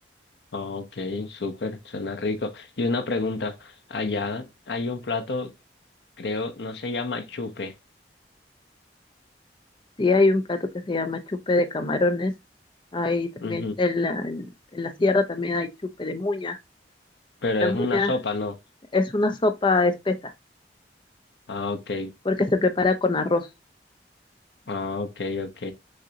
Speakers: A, on the left; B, on the left.
A: ok, súper, suena rico. Y una pregunta, allá hay un plato, creo, no se llama chupe,
B: Sí, hay un plato que se llama chupe de camarones. Hay también
A: ujú,
B: en la, en en la sierra también hay chupe de muña.
A: pero
B: La
A: es
B: muña
A: una sopa, ¿no?
B: Es una sopa espesa,
A: Ah, ok,
B: porque se prepara con arroz,
A: ah, ok, ok.